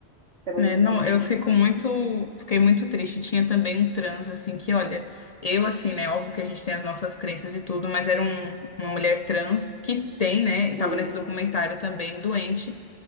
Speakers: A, on the right; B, on the left.
A: Isso é muito
B: Né,
A: sério.
B: não, eu fico muito, fiquei muito triste. Tinha também um trans, assim, que, olha, eu, assim, né, óbvio que a gente tem as nossas crenças e tudo, mas era um- uma mulher trans que tem, né,
A: Sim,
B: tava nesse documentário também, doente,